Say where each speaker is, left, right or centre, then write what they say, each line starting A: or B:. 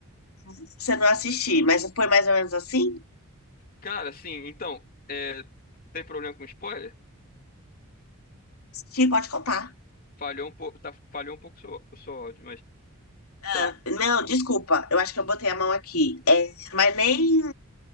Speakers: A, on the left (about 80°); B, on the left (about 45°).
A: pra você não assistir. Mas foi mais ou menos assim?
B: Cara, sim, então, é, tem problema com spoiler?
A: Sim, pode contar.
B: Falhou um pouco, tá, falhou um pouco o seu, o seu áudio, mas
A: Ah,
B: tá.
A: não, desculpa, eu acho que eu botei a mão aqui. É, mas nem,